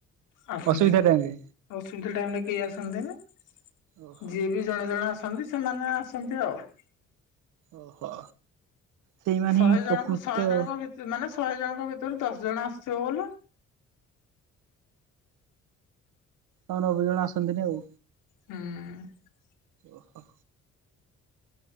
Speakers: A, on the left; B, on the right.
A: ଆସନ୍ତି,
B: ଅସୁବିଧା ଟାଇମ୍ ରେ
A: ଅସୁବିଧା ଟାଇମ ରେ କେହି ଆସନ୍ତିନି ଯିଏ
B: ଓହୋ
A: ବି ଜଣେ ଜଣେ ଆସନ୍ତି ସେମାନେ ଆସନ୍ତି ଆଉ।
B: ଓହୋ, ସେଇମାନେ
A: ଶହେ
B: ହିଁ
A: ଜଣଙ୍କୁ
B: ପ୍ରକୃତ
A: ଶହେ ଜଣଙ୍କ ମାନେ ଶହେ ଜଣଙ୍କ ଭିତରୁ ଦଶ ଜଣ ଆସୁଥିବ ବୋଲେ
B: ହ ନବେ ଜଣ ଆସନ୍ତିନି ଆଉ।
A: ହୁଁ
B: ଓହୋ